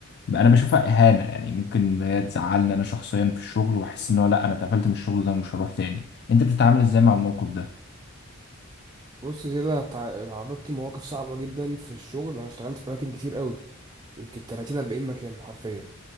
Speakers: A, on the left (about 50°); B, on the right (about 20°).
A: انا بشوفها اهانه يعني ممكن اللي هي تزعلني انا شخصيا في الشغل واحس ان هو لا انا اتقفلت من الشغل ده ومش هروح تاني انت بتتعامل ازاي مع الموقف ده
B: بص كده انا اتع- اتعرضت لمواقف صعبه جدا في الشغل انا اشتغلت في اماكن كتير قوي يمكن 30 40 مكان حرفيا